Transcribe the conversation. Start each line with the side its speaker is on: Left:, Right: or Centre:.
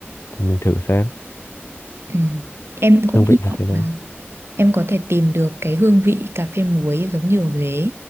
Left: thì mình thử xem
Right: Ừ. Em cũng
Left: hương vị
Right: hy
Left: là
Right: vọng
Left: thế nào
Right: là em có thể tìm được cái hương vị cà phê muối giống như ở Huế